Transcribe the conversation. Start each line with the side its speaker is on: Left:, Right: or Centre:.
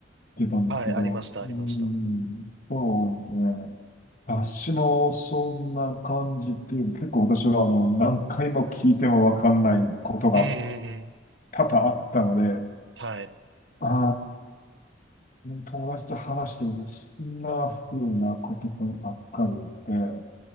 Left: 言ってたんですけど、
Right: はい、ありました、ありました。
Left: うん、そうですね。私もそんな感じっていう、結構私は、あの、何回も聞いてもわかんないことが
Right: うんうんうん。
Left: 多々あったので、
Right: はい。
Left: ああ友達と話しています。そんな風なことばっかりで、う